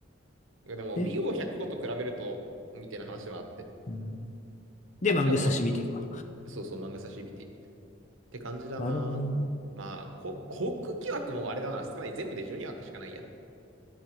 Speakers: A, on the right; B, on the left.
A: でも、
B: で、
A: BO105 と比べると、みたいな話もあって。
B: うん。で、
A: あっちだとは、
B: マングス刺身っていくわ。
A: そうそう、漫画差し指って感じだな。
B: なるほど。
A: まあ、こ、航空機枠もあれだな、少ない。全部で12枠しかないや。